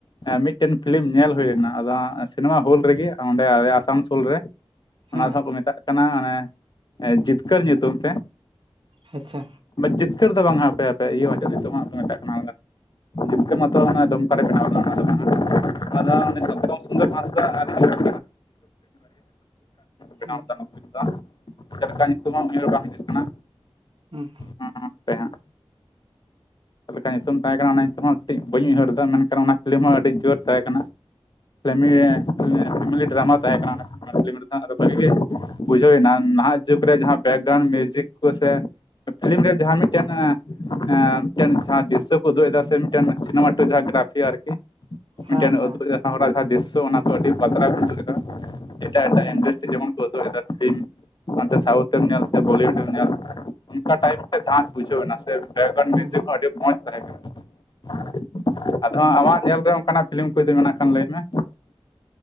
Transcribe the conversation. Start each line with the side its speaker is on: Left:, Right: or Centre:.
Left: ᱢᱤᱫᱴᱮᱱ ᱯᱷᱤᱞᱤᱢ ᱧᱮᱞ ᱦᱩᱭ ᱞᱮᱱᱟ ᱟᱫᱚ ᱥᱤᱱᱮᱢᱟ ᱦᱚᱞ ᱨᱮᱜᱮ ᱚᱸᱰᱮ ᱟᱥᱟᱱᱥᱳᱞ ᱨᱮᱼᱼ ᱚᱱᱟ
Right: ᱦᱮᱸ
Left: ᱫᱚ ᱠᱚ ᱢᱮᱛᱟᱜ ᱠᱟᱱᱟ ᱚᱱᱮ ᱡᱤᱛᱠᱟᱹᱨ ᱧᱩᱛᱩᱢ ᱛᱮᱼᱼ
Right: ᱟᱪᱪᱷᱟ
Left: ᱡᱤᱛᱠᱟᱹᱨ ᱫᱚ ᱵᱟᱝ ᱦᱟᱯᱮ ᱦᱟᱯᱮ ᱤᱭᱟᱹ ᱢᱟᱪᱷᱟ ᱱᱤᱛᱚᱜ ᱦᱟᱸᱜ ᱢᱮᱛᱟᱜ ᱠᱟᱱᱟ᱾ ᱡᱤᱛᱠᱟᱹ ᱢᱟᱛᱚ ᱚᱱᱟ ᱫᱚᱢᱠᱟ ᱨᱮ ᱵᱮᱱᱟᱣᱫᱟ ᱚᱱᱟ ᱫᱚ ᱦᱟᱸᱜ <unintelligible> ᱚᱱᱟ ᱫᱚ <unintelligible> ᱥᱩᱸᱫᱚᱨ ᱢᱟᱦᱟᱥᱚᱭ ᱾ <unintelligible> ᱵᱮᱱᱟᱣ
Right: ᱦᱩᱸ
Left: ᱜᱚᱱᱚᱜ ᱠᱟᱱᱟ ᱪᱮᱫᱞᱮᱠᱟ ᱧᱩᱛᱩᱢ ᱦᱚᱸ <unintelligible> ᱵᱟᱝ ᱦᱤᱡᱩᱜ ᱠᱟᱱᱟ᱾
Right: ᱦᱩᱸ
Left: ᱦᱟᱯᱮ ᱦᱟᱜ ᱪᱮᱫ ᱞᱮᱠᱟ ᱧᱩᱛᱩᱢ ᱛᱟᱦᱮᱸ ᱠᱟᱱᱟᱼᱼ ᱦᱚᱸ ᱠᱟᱹᱴᱤᱡ ᱵᱟᱹᱧ ᱩᱭᱦᱟᱹᱨᱫᱟ ᱢᱮᱱᱠᱷᱟᱱ ᱚᱱᱟ ᱯᱷᱤᱞᱤᱢ ᱦᱚᱸ ᱟᱹᱰᱤ ᱡᱳᱨ ᱛᱟᱦᱮᱸ ᱠᱟᱱᱟ᱾ ᱯᱷᱮᱢᱤ ᱯᱷᱮᱢᱞᱤ ᱰᱨᱟᱢᱟ ᱛᱟᱦᱮᱸᱠᱟᱱᱟ ᱚᱱᱟ᱾ <unintelligible> ᱵᱷᱟᱹᱜᱤ ᱜᱮ ᱵᱩᱡᱷᱟᱹᱣᱱᱟ ᱱᱟᱦᱟᱜᱼᱼ ᱡᱩᱜᱽ ᱨᱮ ᱡᱟᱦᱟᱸ ᱵᱮᱠ ᱜᱨᱟᱣᱩᱱᱰ ᱢᱤᱭᱩᱡᱤᱠ ᱠᱚ ᱥᱮ ᱯᱷᱤᱞᱤᱢ ᱨᱮ ᱡᱟᱦᱟᱸ ᱢᱤᱫᱴᱮᱱ ᱮᱸ ᱢᱤᱫᱴᱮᱱ ᱡᱟᱦᱟᱸ ᱫᱤᱥᱟᱹᱼᱼ ᱩᱫᱩᱜ ᱮᱫᱟ ᱥᱮ ᱢᱤᱫᱴᱮᱱ ᱥᱤᱱᱮᱢᱟ ᱴᱩ ᱡᱟᱦᱟᱸ ᱜᱨᱟᱯᱷᱤ ᱟᱨᱠᱤ
Right: ᱦᱮᱸ
Left: ᱢᱤᱫᱴᱮᱱ
Right: ᱦᱮᱸ
Left: ᱩᱫᱩᱜ ᱮᱫᱟᱼᱼ ᱦᱚᱲᱟᱜ ᱡᱟᱦᱟᱸ ᱫᱨᱤᱥᱥᱚ ᱚᱱᱟ ᱠᱚ ᱟᱹᱰᱤ ᱵᱟᱛᱨᱟ ᱵᱩᱡᱟᱹ ᱮᱟ ᱮᱴᱟᱜ ᱮᱴᱟᱜ
Right: ᱦᱩᱸ
Left: ᱮᱱᱰᱟᱥᱴᱼᱼ ᱡᱮᱢᱚᱱ ᱠᱚ ᱩᱫᱩᱜ ᱫᱟ ᱯᱷᱤᱞᱢ, ᱚᱱᱛᱮ ᱥᱟᱣᱩᱛᱷ ᱮᱢ ᱧᱮᱞ ᱥᱮ ᱵᱚᱞᱤᱣᱩᱰ᱾ <unintelligible> ᱚᱱᱠᱟ ᱴᱟᱭᱤᱵ ᱛᱮ <unintelligible> ᱵᱩᱡᱷᱟᱹᱣ ᱱᱟ ᱥᱮ᱾ <unintelligible>
Right: ᱦᱩᱸ
Left: ᱟᱰᱤ ᱢᱚᱸᱪ ᱫᱷᱟᱨᱟ ᱜᱮ <unintelligible> ᱟᱫᱚ ᱟᱢᱟᱜ ᱧᱮᱞᱨᱮ ᱚᱱᱠᱟᱱᱟᱜ ᱯᱷᱤᱞᱤᱢ ᱠᱚ ᱡᱩᱫᱤ ᱢᱮᱱᱟᱜ ᱠᱷᱟᱱ ᱞᱟᱹᱭ ᱢᱮ?